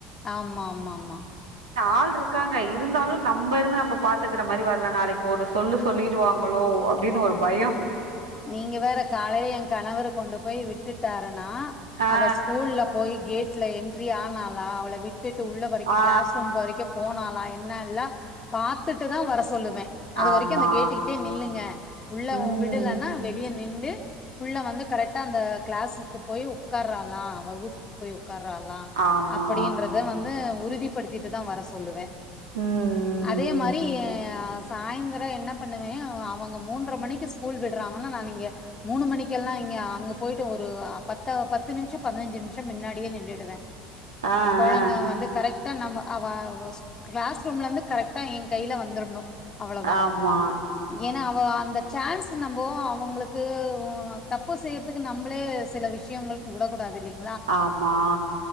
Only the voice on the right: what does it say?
ஆள் இருக்காங்க இருந்தாலும் நம்ம இருந்து நம்ம பார்த்துக்கிற மாதிரி வரல நாளைக்கு ஒரு சொல்லு சொல்லிடுவாங்களோ அப்படின்னு ஒரு பயம்
ஆ
ஆ
ஆமா
ம்
ஆமா
ம் ம்
ம்
ஆ
ஆ
ஆமா
ஆமா